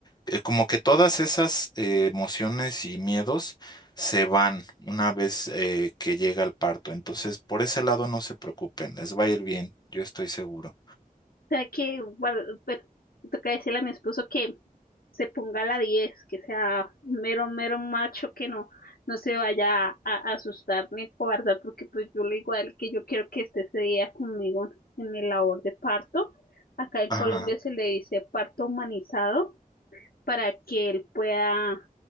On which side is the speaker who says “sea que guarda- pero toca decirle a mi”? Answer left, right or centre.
Left